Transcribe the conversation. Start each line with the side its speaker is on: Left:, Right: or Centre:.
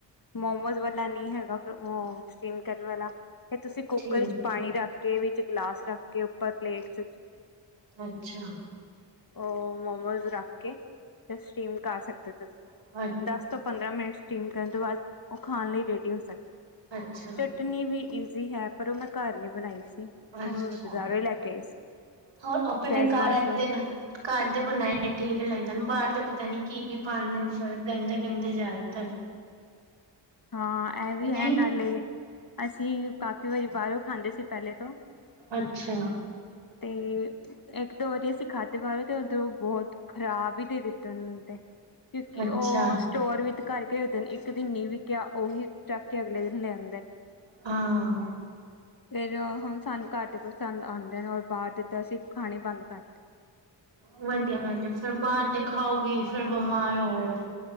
Left: ਮੋਮੋਸ ਵਾਲਾ ਨਹੀਂ ਹੈਗਾ ਸਟੀਮ ਕਰਨ ਵਾਲਾ ਤੇ ਤੁਸੀਂ ਕੁੱਕਰ
Right: ਠੀਕ
Left: 'ਚ ਪਾਣੀ ਰੱਖ ਕੇ ਵਿੱਚ ਗਲਾਸ ਰੱਖ ਕੇ ਉੱਪਰ ਪਲੇਟਸ ਵਿੱਚ
Right: ਅੱਛਾ।
Left: ਉਹ ਮੋਮੋਸ ਰੱਖ ਕੇ ਤੇ ਸਟੀਮ ਕਰ ਸਕਦੇ ਹੋ ਤੁਸੀਂ।
Right: <unintelligible>
Left: ਦਸ ਤੋਂ ਪੰਦਰਾਂ ਮਿੰਟ ਸਟੀਮ ਕਰਨ ਤੋਂ ਬਾਅਦ ਉਹ ਖਾਣ ਲਈ ਰੈਡੀ ਹੋ ਸਕੇ।
Right: ਅੱਛਾ।
Left: ਚਟਣੀ ਵੀ ਈਜ਼ੀ ਹੈ, ਪਰ ਉਹ ਮੈਂ ਘਰ ਨਹੀਂ ਬਣਾਈ ਸੀ ਉਹ
Right: ਅੱਛਾ
Left: ਬਾਜ਼ਾਰੋਂ ਹੀ ਲੈ ਕੇ ਆਈ ਸੀ।
Right: ਹੋਰ ਆਪਣੇ
Left: ਸ਼ੈਜ਼ਵਾਨ
Right: ਘਰ ਏਧੱਰ।
Left: ਸੋਸ
Right: ਘਰ ਦੇ ਬਣਾਏ ਠੀਕ ਲੱਗਦੇ ਬਾਹਰ ਦੇ ਪਤਾ ਨਹੀਂ ਕੀ ਕੀ ਪਾਂਦੇ ਨੇ ਫਿਰ ਗੰਦੇ ਗੰਦੇ ਜਿਆਦਾਤਰ
Left: ਹਾਂ, ਇਹ ਵੀ
Right: ਨਹੀਂ
Left: ਹੈ ਨਾਲੇ ਅਸੀਂ ਕਾਫ਼ੀ ਵਾਰੀ ਬਾਹਰੋਂ ਖਾਂਦੇ ਸੀ ਪਹਿਲੇ ਤੋਂ।
Right: ਅੱਛਾ।
Left: ਤੇ ਇੱਕ ਦੋ ਵਾਰੀ ਅਸੀਂ ਖਾਧੇ ਬਾਹਰੋ ਤੇ ਉਧਰੋਂ ਬਹੁਤ ਖ਼ਰਾਬ ਹੀ ਦੇ ਦਿੱਤੇ ਉਹਨੇ ਤੇ। ਕਿਉਂਕਿ
Right: ਅੱਛਾ
Left: ਉਹ ਸਟੋਰ ਵਿੱਚ ਕਰਕੇ ਦਿਨ ਇੱਕ ਦਿਨ ਨੀ ਵਿਕਿਆ ਉਹੀ ਚੱਕ ਕੇ ਅਗਲੇ ਦਿਨ ਲਿਆਂਦੇ ਨੇ।
Right: ਹਾਂ।
Left: ਫਿਰ ਹੁਣ ਸਾਨੂੰ ਘੱਟ ਹੀ ਪਸੰਦ ਆਦੇ ਨੇ, ਔਰ ਬਾਹਰ ਦੇ ਤਾਂ ਅਸੀਂ ਖਾਣੇ ਬੰਦ ਕਰ ਦਿੱਤੇ।
Right: ਵੱਧੀਆ ਗੱਲ ਏ ਫੇਰ ਬਾਹਰ ਦੀ ਖਾਓ ਵੀ ਫੇਰ ਬਿਮਾਰ ਹੋ।